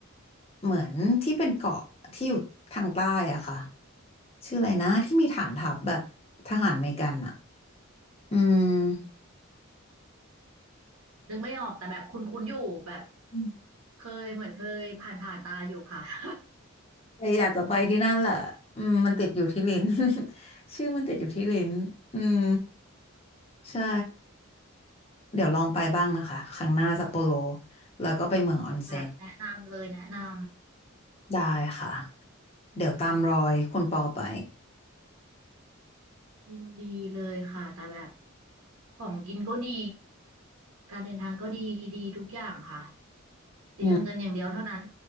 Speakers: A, on the left; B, on the right.
A: เหมือนที่เป็นเกาะที่อยู่ทางใต้อะค่ะชื่ออะไรนะที่มีฐานทัพแบบทหารอเมริกันอะอืม
B: นึกไม่ออกแต่แบบคุ้นๆอยู่แบบ
A: อืม
B: เคยเหมือนเคยผ่านผ่านตาอยู่ค่ะ <laughs>
A: แต่อยากจะไปที่นั่นแหละอืมมันติดอยู่ที่ลิ้น <laughs> ชื่อมันติดอยู่ที่ลิ้นอืมใช่ เดี๋ยวลองไปบ้างนะคะครั้งหน้าซัปโปโรแล้วก็ไปเมืองออนเซ็น
B: แบบแนะนำเลยแนะนำ
A: ได้ค่ะเดี๋ยวตามรอยคุณปอไป
B: ยินดีเลยค่ะแต่แบบของกินก็ดีการเดินทางก็ดีดีทุกอย่างค่ะเตรียมเงินอย่างเดียวเท่านั้น
A: อืม